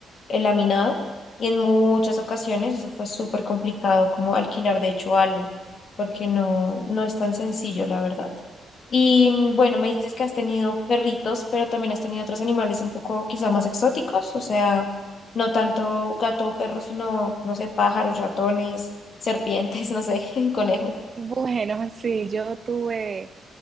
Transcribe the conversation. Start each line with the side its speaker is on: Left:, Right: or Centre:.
Left: el laminado y en muchas ocasiones eso fue súper complicado como alquilar de hecho algo, porque no, no es tan sencillo, la verdad. Y mm, bueno, me dices que has tenido perritos, pero también has tenido otros animales un poco quizá más exóticos, o sea, no tanto gato o perro, sino, no sé, pájaros, ratones, serpientes, <laughs> no sé, <laughs> conejos.
Right: Bueno, <laughs> sí, yo tuve